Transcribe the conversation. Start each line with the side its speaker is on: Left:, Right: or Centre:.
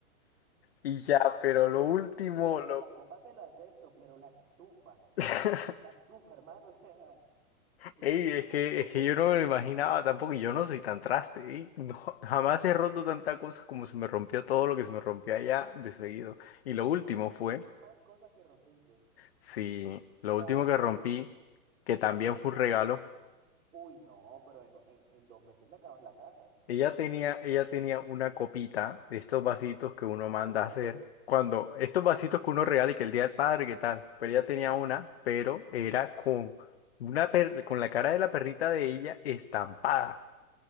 Left: Y ya, pero lo último,
Right: Y que bueno,
Left: lo...
Right: la copa te lo acepto, pero la estufa,
Left: <laughs>
Right: la estufa, hermano, o sea, que te
Left: Ey,
Right: hizo la
Left: es
Right: estufa.
Left: que, es que yo no me lo imaginaba tampoco, y yo no soy tan traste, ey, no, <laughs> jamás
Right: <laughs>
Left: he roto tanta cosa como se me rompió todo lo que se me rompió allá de seguido. Y lo último
Right: Ay,
Left: fue,
Right: y fueron más cosas que rompiste. O
Left: sí, lo
Right: sea,
Left: último que rompí,
Right: tú
Left: que también
Right: en un
Left: fue
Right: mes,
Left: un regalo,
Right: uy, no, pero en, en, en dos meses le acabas la casa.
Left: Ella tenía, ella tenía una copita de estos vasitos que uno manda
Right: Otra,
Left: a hacer.
Right: <laughs>
Left: Cuando, estos vasitos que uno regala y que el Día del Padre, ¿qué tal? Pero ella tenía
Right: ajá.
Left: una, pero era con una per- con la cara de la perrita de ella estampada,